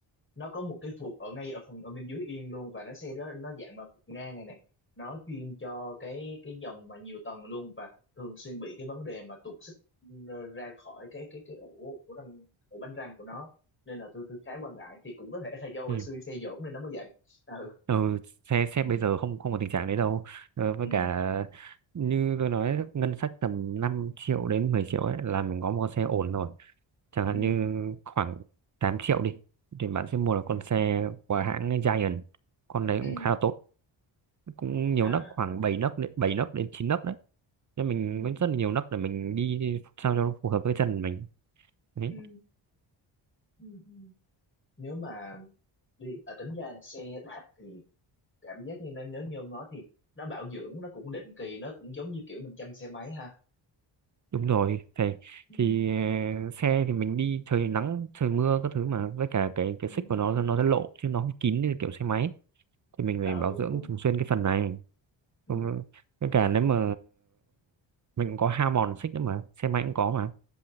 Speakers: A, on the left; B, on the right.
A: nó có một cái vụt ở ngay ở phần ở bên dưới yên luôn và nó xe đó nó dạng mà vụt ngang này này nó chuyên cho cái cái dòng mà nhiều tầng luôn và thường xuyên bị cái vấn đề mà tuột xích ừ, ra khỏi cái cái cái ổ ổ răng ổ bánh răng của nó nên là tôi tôi khá quan ngại thì cũng có thể là do hồi
B: ừ.
A: xưa xe dỗm nên nó mới vậy ừ
B: Ừ, xe xe
A: ừ
B: bây giờ không không có tình trạng đấy đâu ờ, với
A: ừ
B: cả như tôi nói ngân sách tầm 5 triệu đến 10 triệu ấy là mình có một con xe ổn rồi chẳng hạn
A: ừ
B: như khoảng 8 triệu đi thì bạn sẽ mua được con xe của hãng Giant con đấy
A: ừ.
B: cũng khá là tốt cũng nhiều
A: à
B: nấc khoảng bảy nấc đến bảy nấc đến 9 nấc đấy nên mình
A: ừ
B: có rất là nhiều nấc để mình đi sao cho nó phù hợp với chân mình đấy
A: ừ ừ ừ nếu mà đi à, tính ra là xe đạp thì cảm giác như nó nếu như ông nói thì nó bảo dưỡng nó cũng định kỳ nó cũng giống như kiểu mình chăm xe máy ha
B: đúng rồi phải
A: ừ
B: thì ờ, xe thì mình đi trời nắng trời mưa các thứ mà với cả cái cái
A: ừ
B: xích của nó nó sẽ lộ chứ nó không kín như kiểu xe máy thì mình
A: ờ
B: phải bảo
A: đúng
B: dưỡng
A: đúng
B: thường xuyên cái phần này
A: ừ
B: Không- với cả nếu mà mình cũng có hao mòn xích nữa mà xe máy cũng có mà